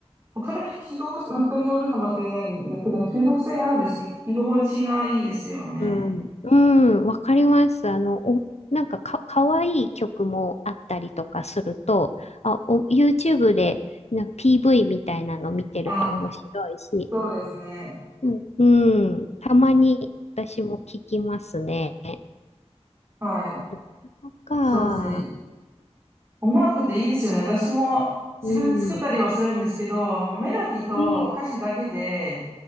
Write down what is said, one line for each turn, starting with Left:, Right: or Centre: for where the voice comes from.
Right: ボカロ聞き心地、まあ、人によるかもしれないんですけど、中毒性があるし、聞き心地がいいですよね。
Left: うん。うん、わかります。あの、お、なんかか、かわいい曲もあったりとかすると、あ、お、YouTube でなんか PV みたいなの見てると面白いし、
Right: あ、そうですね。
Left: うん、うん、たまに私も聞きますね。
Right: はい。
Left: あと、そか。
Right: そうですね。音楽っていいですよね。私も自分で作ったりはするんですけど、
Left: うん。
Right: もうメロディーと歌詞だけで、
Left: え